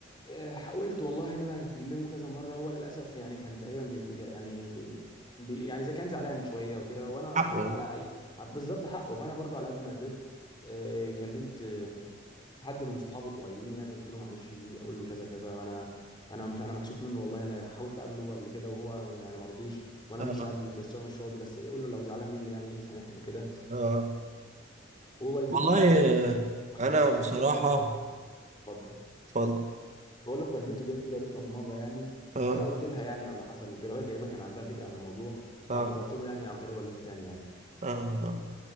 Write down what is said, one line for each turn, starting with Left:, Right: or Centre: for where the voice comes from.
Left: آه، حاولت والله ان انا اكلمه كذا مره هو للاسف يعني كان تقريبا بي يعني بي يعني اذا كان زعلان شويه وكده وانا
Right: حقه
Left: على أي بالظبط حقه فانا برضو على قد ما قدرت آه، كلمت آه، حد من صحابه القريبين يعني قلت له معلش يجي اقول له كذا كذا وانا انا مش انا مكسوف منه والله انا حاولت اقابله قبل كده وهو يعني ما رضيش وانا
Right: اه
Left: نفسي اقابله بس هو مش راضي بس إيه، قول له لو زعلان مني يعني ايه سامحني وكده
Right: اه
Left: ووالدته
Right: والله
Left: كانت جت
Right: آه،
Left: والدته
Right: انا
Left: جت
Right: بصراحة
Left: زارتنا في مره اتفضل
Right: اتفضل
Left: بقول لك والدته جت زارتنا في مره يعني
Right: اه
Left: فانا قلت لها يعني على اللي حصل وكده لغايه ايام ما كان عندها فكره عن الموضوع
Right: اه
Left: فاعتذرت له يعني عن طريق والدته تاني يعني
Right: اه